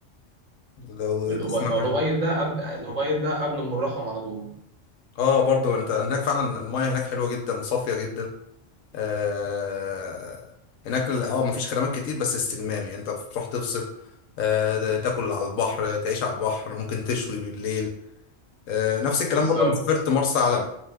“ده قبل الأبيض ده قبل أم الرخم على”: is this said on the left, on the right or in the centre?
Right